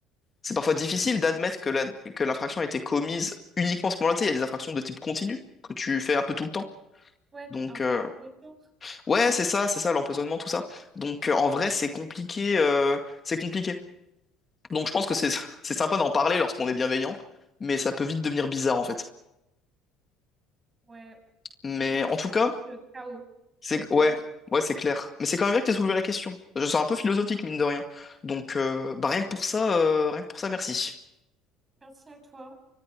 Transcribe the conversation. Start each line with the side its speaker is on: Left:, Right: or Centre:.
Left: C'est parfois difficile d'admettre que la- que l'infraction a été commise uniquement à ce moment-là. Tu sais, il y a des infractions de type continu que tu fais un peu tout le temps.
Right: Ouais,
Left: Donc,
Right: un peu
Left: euh,
Right: tous les jours.
Left: ouais, c'est ça, c'est ça, l'empoisonnement, tout ça. Donc, euh, en vrai, c'est compliqué, euh, c'est compliqué. Donc, je pense que c'est <laughs> c'est sympa d'en parler lorsqu'on est bienveillant, mais ça peut vite devenir bizarre, en fait.
Right: ouais
Left: Mais
Right: Donc, Ça
Left: en
Right: serait
Left: tout cas,
Right: le chaos
Left: c'est
Right: total.
Left: ouais, ouais, c'est clair. Mais c'est quand même bien que tu aies soulevé la question. Je suis un peu philosophique, mine de rien. Donc, euh, bah, rien que pour ça, euh, rien que pour ça, merci.
Right: Merci à toi.